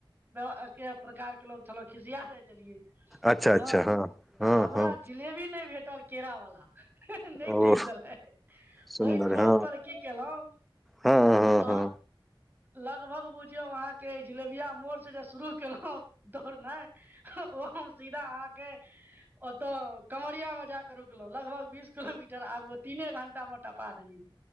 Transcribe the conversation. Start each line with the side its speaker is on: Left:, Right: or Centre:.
Right: एक प्रकार के लोग छलो खिसिया जाइ छलियै।
Centre: अच्छा
Right: ह
Centre: अच्छा हँ
Right: तऽ
Centre: हँ
Right: हमरा
Centre: हँ
Right: जिलेबी नहि भेटल। केरा वला नहि
Centre: ओ
Right: कीनेलै ओहि
Centre: सुन्दर
Right: क्रोध
Centre: हँ
Right: पर कीेलहु
Centre: हँ हँ
Right: त
Centre: हँ
Right: ल बुझियौ आहा जिलेबिया मोड़ से जे शुरू केलहु दौड़नाइ ओ सीधा अहाँके ओतऽ कमरिया में जाके रुकलहु लगभग बीस किलोमीटर आगु तीने घं्टा मे टपा देलियै।